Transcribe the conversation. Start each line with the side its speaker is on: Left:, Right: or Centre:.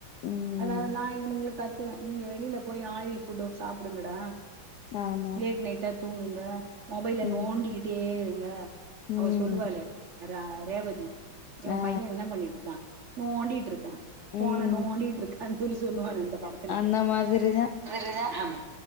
Left: ம்
Right: அதானால நா இவனுங்களா கத்துவே நீங்க வெளியில போய் ஆயில் ஃபுட்டோ சாப்பிடுங்கடா
Left: ஆமா
Right: லேட் நைட்டா தூங்குங்க மொபைல
Left: ம்
Right: நோண்டிக்கிட்டே இருங்க அவ
Left: ம்
Right: சொல்லுவால ரா ரேவதி உ
Left: ஆ
Right: பைய என்ன பண்ணிட்டுருக்கா நோண்டிட்டு இருக்க ஃபோன
Left: ம்
Right: நோண்டிட்டு இருக்கானு சொல்லி சொல்லுவானே அந்தப் படத்துல
Left: அந்த மாதிரிதா
Right: ரியா ஆமா